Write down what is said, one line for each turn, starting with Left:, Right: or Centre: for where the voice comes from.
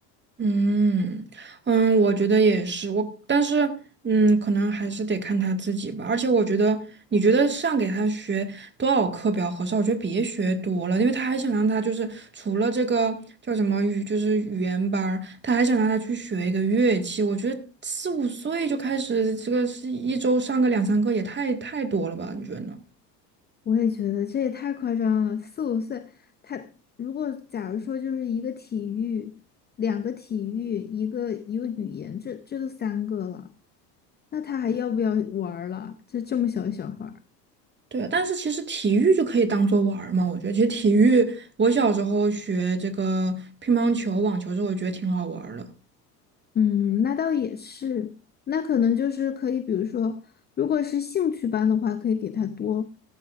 Right: 嗯嗯，我觉得也是，我但是嗯，可能还是得看他自己吧。而且我觉得，你觉得上给他学多少课比较合适？我觉得别学多了，因为他还想让他就是除了这个叫什么语，就是语言班儿，他还想让他去学一个乐器。我觉得四五岁就开始这个是一周上个两三个也太太多了吧？你觉得呢？
Left: 我也觉得这也太夸张了，四五岁，他如果假如说就是一个体育，两个体育，一个一个语言，这这都三个了，那他还要不要玩儿了？这这么小的小孩儿，
Right: 对，但是其实体育就可以当做玩儿嘛，我觉得其实体育，我小时候学这个乒乓球、网球的时候我觉得挺好玩儿的。
Left: 嗯，那倒也是，那可能就是可以，比如说，如果是兴趣班的话，可以给他多，